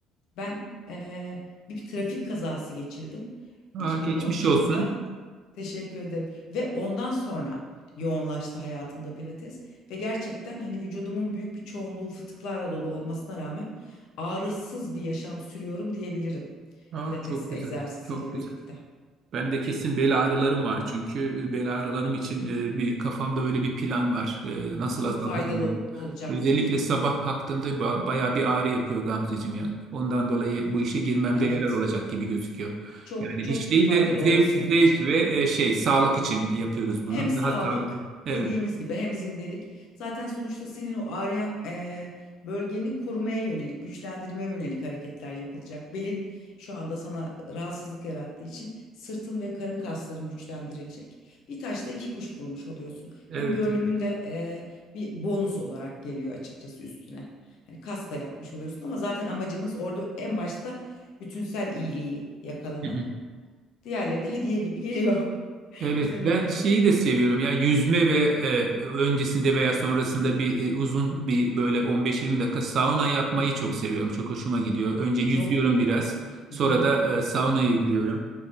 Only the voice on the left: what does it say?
Ben eee, bir trafik kazası geçirdim
2013
yılında. Teşekkür ederim. Ve ondan sonra yoğunlaştı hayatımda pilates. Ve gerçekten hani vücudumun büyük bir çoğunluğu fıtıklarla dolu olmasına rağmen ağrısız bir yaşam sürüyorum diyebilirim.
Pilates
egzersiziyle
birlikte.
Çok
faydalı olacaktır.
Evet.
Çok
çok
faydalı
olur senin
için.
Hem
sağlık
dediğimiz gibi hem zindelik. Zaten sonuçta senin o ağrıyan eee, bölgeni korumaya yönelik, güçlendirmeye yönelik hareketler yapılacak. Belin şu anda sana rahatsızlık yarattığı için sırtın ve karın kasların güçlendirilecek. Bir taşla iki kuş vurmuş oluyorsun.
Hem görünümün de eee, bir bonus olarak geliyor açıkçası üstüne. Hani kas da yapmış oluyorsun ama zaten amacımız orada en başta bütünsel iyiliği yakalamak.
Diğerleri de hediye gibi geliyor. <laughs>
Güzel
oluyor.
Çok
Hı
hı.